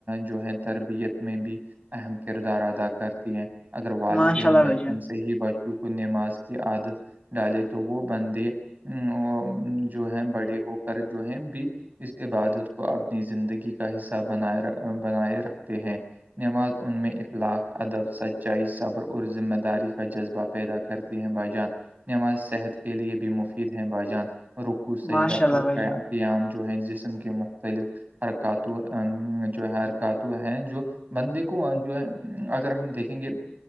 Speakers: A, on the right (about 45°); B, on the left (about 25°).
A: جو ہے تربیت میں بھی اہم کردار ادا کرتی ہیں اگر والدین
B: ماشاء اللہ
A: بچپن
B: بھائی جان
A: سے ہی بچوں کو نماز کی عادت ڈالے تو وہ بندے ا جو ہے بڑے ہو کر جو ہے بھی اس عبادت کو اپنی زندگی کا حصہ بناائے بنائے رکھتے ہیں نماز ان میں اخلاق ادب سچ ائی صبر اور ذمہ داری کا جذبہ پیدا کرتے ہیں بائی جان نماز صحت کے لیے بھی مفید ہیں بائیجان روکو سجدہ
B: ماشاء اللہ
A: اور
B: بھائی
A: قیام
B: جان
A: ہیں اس جسم کے مختلف حرکاتو جو ہے حرکاتو ہیں جو بندے کو جو ہے اگر ہم دیکھیں گے